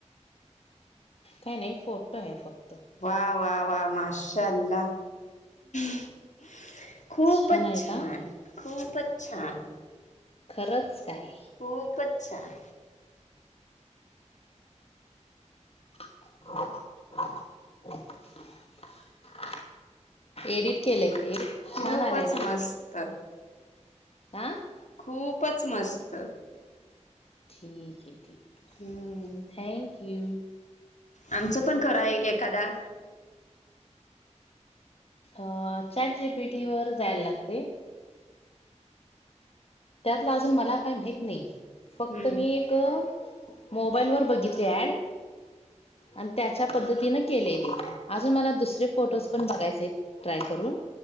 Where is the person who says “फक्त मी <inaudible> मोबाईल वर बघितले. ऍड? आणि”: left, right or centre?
Left